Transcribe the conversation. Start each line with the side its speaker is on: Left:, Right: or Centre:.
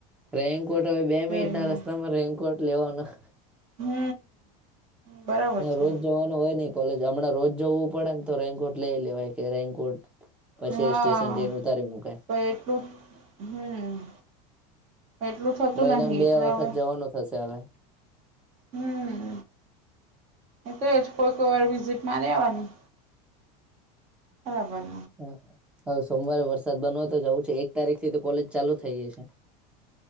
Centre: રેનકોટ હવે બે
Right: ટ્રેનમાં
Centre: મિનિટ ના રસ્તામાં રેનકોટ લેવાનું.
Right: હમ. બરાબર છે
Centre: રોજ જવાનું હોય નહિ કોલેજ હમણાં રોજ જવું પડે ને તો રેન્કોટ લઈ લેવાય કે રેન્કોટ. પછી
Right: હા
Centre: સ્ટેશન જઈને ઉતારી મુકાય.
Right: પણ એટલું હમ એટલું થતું
Centre: મહિનામાં
Right: નહિ
Centre: બે
Right: એટલે
Centre: વખત
Right: હવે
Centre: જવાનું થશે હવે.
Right: હમ એ તોજ કોઈ કોઈ વાર વિઝિટ મારે આવવાની. ખરાબર.
Centre: હ હવે સોમવારે વરસાદ બનવા તો જવું છે એક તારીખ થી તો કોલેજ ચાલુ થઇ ગઈ છે.